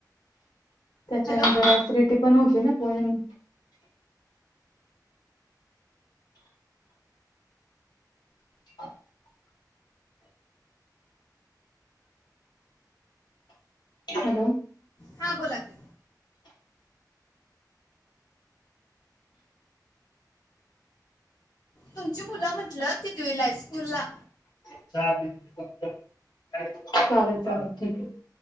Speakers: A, on the left; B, on the left.
A: त्याच्याने
B: हॅलो
A: जरा ऍसिडिटी पणं होते ना पोह्याने <inaudible> हॅलो
B: हा बोला की तुमची मुलं म्हटल कितवीला आहेत स्कूल ला
A: <inaudible> चालेल-चालेल ठीक आहे